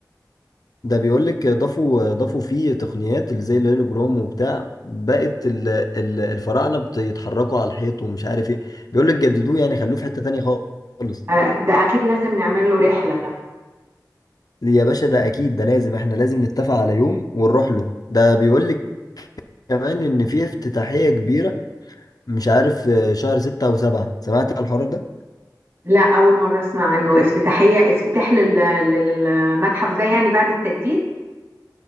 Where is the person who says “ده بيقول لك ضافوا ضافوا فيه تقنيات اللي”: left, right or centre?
Left